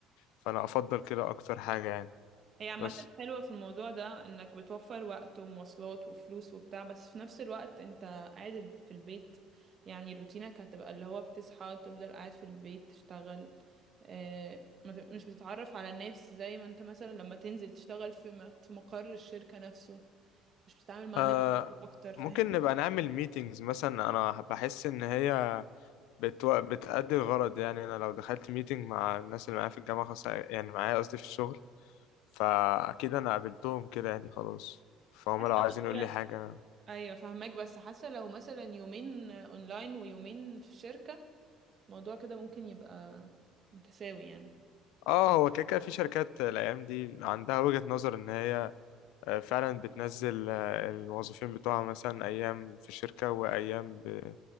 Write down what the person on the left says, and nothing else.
فانا افضل كده اكتر حاجة يعني
بس
آه
ممكن نبقى نعمل ميتينجز مثلا انا بحس ان هي بتو... بتأدي الغرض يعني انا لو دخلت ميتينج مع الناس اللي معايا في الجامعة خاصة يعني معايا قصدي في الشغل فاكيد انا قابلتهم كده يعني خلاص فهم
لو عايزين يقول
لي حاجة
اه هو كده كده في شركات الايام دي عندها وجهة نظر ان هي آه، فعلا بتنزل آه، الموظفين بتوعها مثلا ايام في الشركة وايام ب-